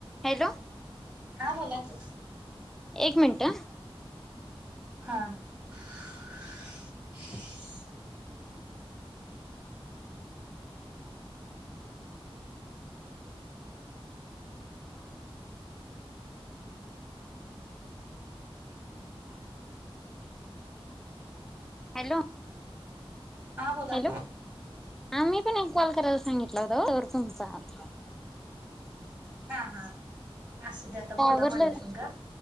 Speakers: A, in the centre; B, on the right.
A: Hello
B: हा बोला की
A: एक मिनट हा
B: हा <unintelligible>
A: हॅलो
B: हा बोला
A: हॅलो
B: की
A: आ मी पण एक कॉल करायला सांगितल. होता तवर तुमचा आलता.
B: हा हा असू दे आता
A: काय
B: बोला
A: आवरलं
B: माझ्यासग,